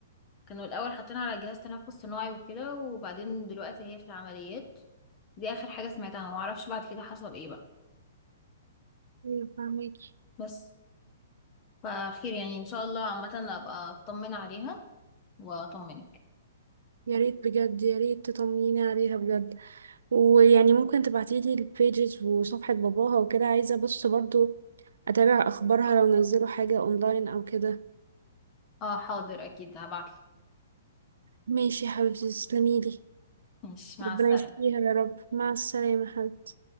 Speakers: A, on the left; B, on the right.
A: كانوا الاول حاطينها على جهاز تنفس صناعي وكده وبعدين دلوقتي هي في العمليات دي اخر حاجة سمعتها ما اعرفش بعد كده حصل ايه بقى
B: ايوه فاهمين
A: بس فخير يعني ان شاء الله عامة ابقى اطمن عليها واطمنك
B: يا ريت بجد يا ريت تطمنيني عليها بجد ويعني ممكن تبعتيلي البيجز وصفحة باباها وكده عايزة بص برضو أتابع أخبارها لو نزلوا حاجة أونلاين أو كده
A: اه حاضر اكيد هبعتلك
B: ماشي يا حبيبتي تسلميلي
A: ماشي مع
B: ربنا
A: السلامة
B: يشفيها يا رب مع السلامة حبيبتي